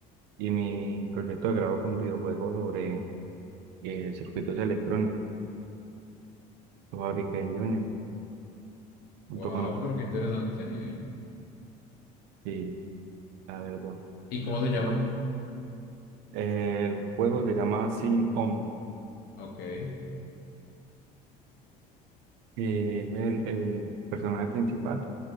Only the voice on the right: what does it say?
y mi proyecto de grado fue un videojuego sobre eh, circuitos electrónicos. Lo fabriqué en Unity junto
con otros.
Sí, la verdad.
Pero, eh, el juego se llama Sim On.
eh, el, el personaje principal.